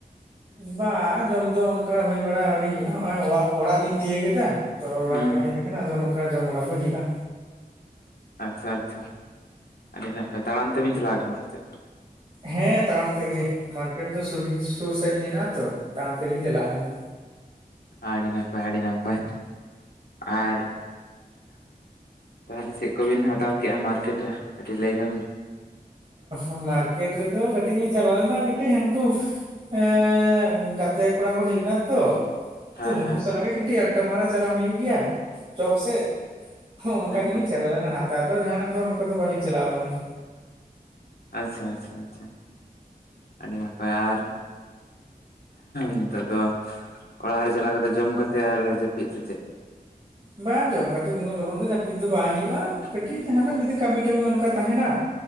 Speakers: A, on the right (about 35°); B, on the left (about 85°).
A: ᱵᱟ ᱡᱚᱢ ᱫᱚ ᱚᱱᱠᱟ ᱦᱩᱭ ᱵᱟᱲᱟ ᱟᱹᱣᱨᱤ ᱦᱭᱩᱭᱩᱜᱼᱟ᱾ ᱦᱚᱸᱜ-ᱚᱭ ᱚᱣᱟᱜ ᱚᱲᱟᱜ ᱞᱤᱧ ᱛᱤᱭᱟᱹᱜ ᱠᱮᱫᱟ᱾ ᱛᱚ ᱚᱲᱟᱜ
B: ᱦᱩᱸ
A: ᱨᱮ ᱦᱮᱡ ᱞᱮᱠᱷᱟᱱ ᱟᱫᱚ ᱱᱚᱝᱠᱟ ᱡᱚᱢ ᱵᱟᱲᱟ ᱠᱚ ᱦᱩᱭᱩᱜᱼᱟ᱾
B: ᱟᱪᱪᱷᱟ ᱟᱪᱪᱷᱟ ᱟᱹᱰᱤ ᱱᱟᱯᱟᱭ᱾ ᱛᱟᱲᱟᱢ ᱛᱮᱵᱤᱱ ᱪᱟᱞᱟᱣ ᱠᱟᱱᱟ ᱥᱮ ᱪᱮᱫ?
A: ᱦᱮᱸ ᱛᱟᱲᱟᱢ ᱛᱮᱜᱮ ᱢᱟᱨᱠᱮᱴ ᱫᱚ ᱥᱩᱨ ᱥᱟᱹᱦᱤᱡ ᱦᱮᱱᱟᱜᱼᱟ ᱛᱚ᱾ ᱛᱟᱲᱟᱢ ᱛᱮᱜᱮᱞᱤᱧ ᱪᱟᱞᱟᱣ ᱠᱟᱱᱟ᱾
B: ᱟᱹᱰᱤ ᱱᱟᱯᱟᱭ ᱟᱹᱰᱤ ᱱᱟᱯᱟᱭ ᱟᱨ ᱛᱟᱦᱚᱞᱮ ᱪᱮᱫ ᱠᱚᱵᱤᱱ ᱦᱟᱛᱟᱣ ᱠᱮᱜ-ᱟ ᱢᱟᱨᱠᱮᱴ ᱨᱮ ᱠᱟᱹᱴᱤᱡ ᱞᱟᱹᱭ ᱧᱚᱜ ᱵᱤᱱ᱾
A: ᱚ ᱢᱟᱨᱠᱮᱴ ᱨᱮᱫᱚ ᱠᱟᱹᱴᱤᱡ ᱞᱤᱧ ᱪᱟᱞᱟᱣ ᱞᱮᱱᱟ ᱠᱟᱹᱴᱤᱡ ᱦᱟᱹᱱᱠᱩ ᱮᱸ ᱜᱟᱛᱮ ᱠᱚᱲᱟ ᱠᱚ ᱦᱮᱡ ᱞᱮᱱᱟ ᱛᱚ᱾
B: ᱦᱮᱸ
A: ᱛᱚ ᱩᱱᱠᱩ
B: ᱦᱮᱸ
A: ᱥᱟᱞᱟᱜ ᱜᱮ ᱠᱟᱹᱴᱤᱡ ᱟᱰᱰᱟ ᱢᱟᱨᱟ ᱪᱟᱞᱟᱜ ᱦᱩᱭᱩᱜ ᱜᱮᱭᱟ ᱪᱚᱠ ᱥᱮᱫ᱾ ᱦᱚᱸ
B: ᱦᱩᱸ
A: ᱚᱱᱠᱟ ᱜᱮᱞᱤᱧ
B: ᱦᱩᱸ
A: ᱪᱟᱞᱟᱣ ᱞᱮᱱᱟ ᱦᱟᱛᱟᱣ ᱫᱚ ᱡᱟᱦᱱᱟᱜ ᱫᱚ ᱚᱱᱠᱟ ᱫᱚ ᱵᱟᱹᱞᱤᱧ ᱪᱟᱞᱟᱣ ᱟᱠᱟᱱᱟ᱾
B: ᱟᱪᱪᱷᱟ ᱟᱪᱪᱷᱟ ᱟᱪᱪᱷᱟ᱾ ᱟᱹᱰᱤ ᱱᱟᱯᱟᱭ ᱟᱨ ᱱᱤᱛᱚᱜ ᱫᱚ ᱚᱲᱟᱜ ᱨᱮ ᱪᱟᱞᱟᱣ ᱠᱟᱛᱮᱫ ᱡᱚᱢ ᱠᱟᱛᱮ ᱟᱨ ᱡᱟᱹᱯᱤᱫ ᱥᱮ ᱪᱮᱫ
A: ᱵᱟᱝ ᱡᱚᱢ ᱠᱟᱛᱮ ᱩᱱᱟᱹᱜ ᱞᱚᱜᱚᱱ ᱫᱚ ᱡᱟᱹᱯᱤᱫ ᱫᱚ ᱵᱟᱝ ᱦᱩᱭᱩᱜᱼᱟ ᱠᱟᱹᱴᱤᱡ
B: ᱦᱩᱸ
A: ᱡᱟᱦᱟᱱᱟᱜ ᱡᱩᱫᱤ ᱠᱟᱹᱢᱤ ᱴᱟᱢᱤ ᱚᱱᱠᱟ ᱛᱟᱦᱮᱱᱟ,